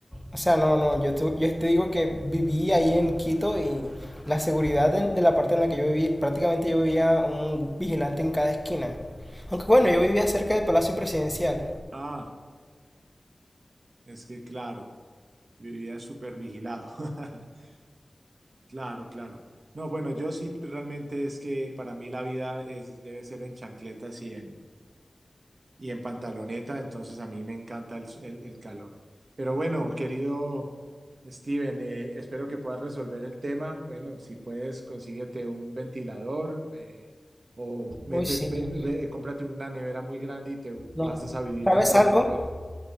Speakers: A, in the centre; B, on the right.
A: O sea, no, no, yo, tu- yo te digo que viví ahí en Quito y la seguridad de, de la parte en la que yo viví, prácticamente yo vivía un vigilante en cada esquina. Aunque bueno, yo vivía cerca del Palacio Presidencial.
B: Ah, es que claro, vivía súper vigilado. <laughs> Claro, claro. No, bueno, yo sí realmente es que para mí la vida es, debe ser en chancletas y en, y en pantaloneta, entonces a mí me encanta el, el- el calor. Pero bueno, querido Steven, eh, espero que puedas resolver el tema. Bueno, si puedes, consíguete un ventilador eh, o mete,
A: Uy, sí.
B: ve- ve- cómprate una nevera muy grande y te
A: No.
B: pasas a vivir
A: ¿Sabes
B: dentro de
A: algo?
B: la nevera.